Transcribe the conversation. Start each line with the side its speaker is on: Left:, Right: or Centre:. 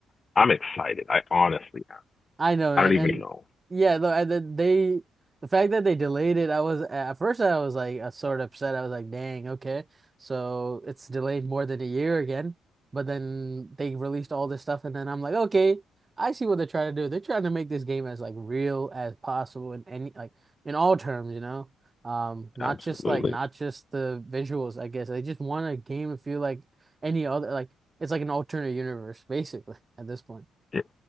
Left: I'm excited. I honestly,
Right: I know, man.
Left: I don't even
Right: And
Left: know.
Right: yeah, though. and then they the fact that they delayed it, I was at first I was like uh, sort of upset. I was like, dang, okay. So it's delayed more than a year again. But then they released all this stuff and then I'm like, okay, I see what they're trying to do. They're trying to make this game as like real as possible in any like in all terms, you know? Um, not
Left: Absolutely.
Right: just like not just the visuals, I guess. They just want a game to feel like any other like it's like an alternate universe, basically, at this point.
Left: Yeah.